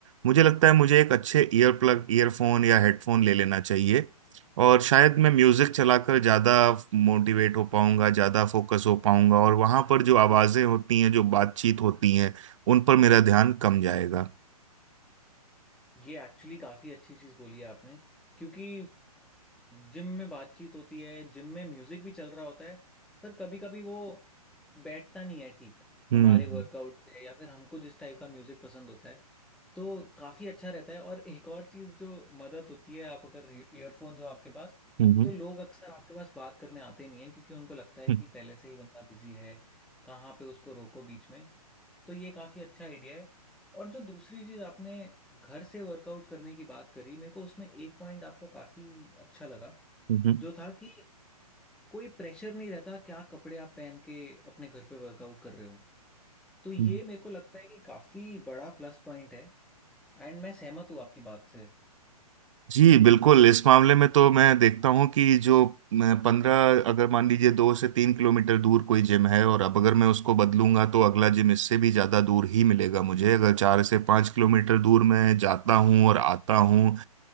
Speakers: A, on the right; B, in the centre.
A: मुझे लगता है मुझे एक अच्छे ईयर प्लग ईयरफोन या हेडफोन ले लेना चाहिए और शायद मैं म्यूजिक चलाकर ज्यादा मोटिवेट हो पाऊंगा ज्यादा फोकस हो पाऊंगा और वहां पर जो आवाजें होती हैं जो बातचीत होती हैं उन पर मेरा ध्यान कम जाएगा
B: ये एक्चुअली काफ़ी अच्छी चीज़ बोली है आपने क्योंकि जिम में बातचीत होती है जिम में म्यूज़िक भी चल रहा होता है पर कभी कभी वो बैठता नहीं है ठीक
A: हम्म
B: हमारे वर्कआउट से या फिर हमको जिस टाइप का म्यूज़िक पसंद होता है तो काफ़ी अच्छा रहता है और एक और चीज़ जो मदद होती है आप अगर ईयरफोन्स हो आपके पास
A: हम्म
B: तो लोग अक्सर आपके पास बात करने आते नहीं है क्योंकि उनको लगता है
A: हम्म,
B: कि पहले से ही बंदा बिजी है कहाँ पे उसको रोको बीच में तो ये काफ़ी अच्छा आइडिया है और जो दूसरी चीज़ आपने घर से वर्कआउट करने की बात करी मेरे को उसमें एक पॉइंट आपका काफ़ी अच्छा लगा
A: हम्म,
B: जो था कि कोई प्रेशर नहीं रहता क्या कपड़े आप पहन के अपने घर पे वर्कआउट कर रहे हो तो ये
A: हम्म।
B: मेरे को लगता है कि काफ़ी बड़ा प्लस पॉइंट है एंड मैं सहमत हूँ आपकी बात से
A: जी बिल्कुल इस मामले में तो मैं देखता हूँ कि जो पंद्रह अगर मान लीजिए दो से तीन किलोमीटर दूर कोई जिम है और अब अगर मैं उसको बदलूंगा तो अगला जिम इससे भी ज़्यादा दूर ही मिलेगा मुझे अगर चार से पाँच किलोमीटर दूर मैं जाता हूँ और आता हूँ